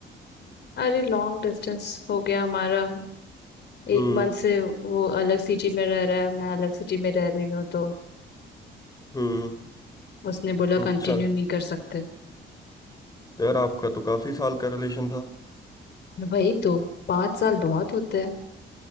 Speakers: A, on the left (about 60°); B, on the left (about 20°).
A: अरे लॉन्ग डिस्टेंस हो गया हमारा एक
B: हम्म
A: मंथ से वो अलग सिटी में रह रहा है मैं अलग सिटी में रह रही हूँ तो
B: हम्म
A: उसने बोला
B: अच्छा
A: कंटिन्यू नहीं कर सकते
B: तो यार आपका तो काफी साल का रिलेशन था
A: वही तो पाँच साल बहुत होते हैं